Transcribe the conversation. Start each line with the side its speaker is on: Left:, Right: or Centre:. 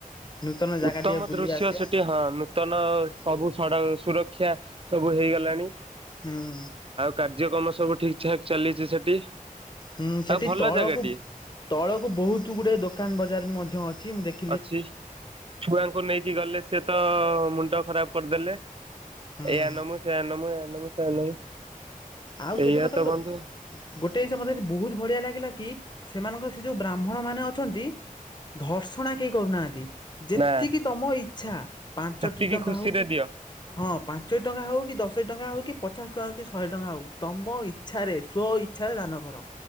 Left: ନୂତନ ଜାଗା
Right: ଉତ୍ତମ
Left: ଟିକେ ବୁଲି
Right: ଦୃଶ୍ୟ
Left: ଆସିବା।
Right: ସେଠି ହଁ ନୂତନ ସବୁ। ସଡକ ସୁରକ୍ଷା ସବୁ ହେଇଗଲା। ଲାଣି।
Left: ହୁଁ।
Right: କାର୍ଯ୍ୟକ୍ରମ ସବୁ ଠିକ୍ ଠାକ ଚାଲିଛି ସେଠି।
Left: ହୁଁ ସେଠି
Right: ଆଉ ଭଲ
Left: ତଳକୁ
Right: ଜାଗାଟିଏ
Left: ତଳକୁ ବହୁତ ଗୁଡେ ଦୋକାନ ବଜାର ମଧ୍ୟ ଅଛି ମୁଁ ଦେଖ
Right: ଅଛି ଛୁଆଙ୍କୁ ନେଇକି ଗଲେ ସେ ତ ମୁଣ୍ଡ ଖରାପ କରିଦେଲେ
Left: ହୁଁ
Right: ଏଇଆ ନମୁ ସେ ନମୁ ଏଇଆ ମୁ ସେଇଆ ନମୁ
Left: ଆଉ
Right: ଏଇଆ
Left: ସେଠି ମତେ
Right: ତ
Left: ଗୋଟେ
Right: ବନ୍ଧୁ
Left: ଗୋଟେ ଜିନିଷ ମତେଠି ବହୁତ ବଢିଆ ଲାଗିଲା କି? ସେମାନଙ୍କର ସେ ଯୋଉ ବ୍ରାହ୍ମଣ ମାନେ ଅଛନ୍ତି ଧର୍ଷଣା କେହି କରୁନାହାନ୍ତି। ଯେତିକି
Right: ନା
Left: ତମ ଇଚ୍ଛା ପାଞ୍ଚଟି
Right: ସେତିକି
Left: ଟଙ୍କା
Right: ଖୁସିରେ
Left: ହଉ କି
Right: ଦିଅ
Left: ହଁ। ପାଞ୍ଚ ଟଙ୍କା ହେଉ କି ଦଶ ଟଙ୍କା ହେଉ କି ପଚାଶ ଟଙ୍କାଉ କି ଶହେ ଟଙ୍କା ହେଉ। ତମ ଇଚ୍ଛାରେ ସ୍ଵଇଚ୍ଛାରେ ଦାନ କର।